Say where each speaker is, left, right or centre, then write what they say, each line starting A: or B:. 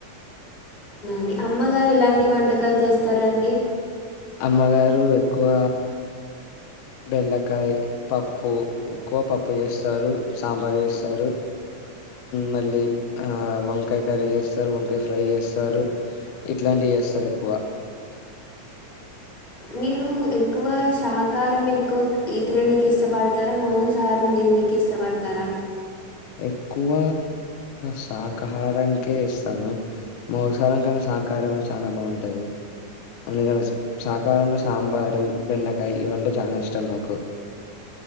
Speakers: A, on the left (about 20°); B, on the left (about 75°).
A: మీ అమ్మగారు ఎలాంటి వంటకాలు చేస్తారండి
B: అమ్మగారు ఎక్కువ బెండకాయ్ పప్పు ఎక్కువ పప్పు చేస్తారు సాంబార్ చేస్తారు మళ్ళీ వంకాయ కర్రీ చేస్తారు వంకాయ ఫ్రై చేస్తారు ఇట్లాంటివి చేస్తారు ఎక్కువ
A: మీరు ఎక్కువ సకారం ఎక్కువ ఈతిననికి ఇష్టపడతారా మాంసహారం దిననీకి కిష్టపడతారా
B: ఎక్కువ శాకాహారానికే ఇస్తాను మాంసాహారం కన్నా సాహకారమే చానా బాగుంటది అందుకని సాకారంలో సాంబారు బెండకాయ ఇవంటే చాలా ఇష్టం నాకు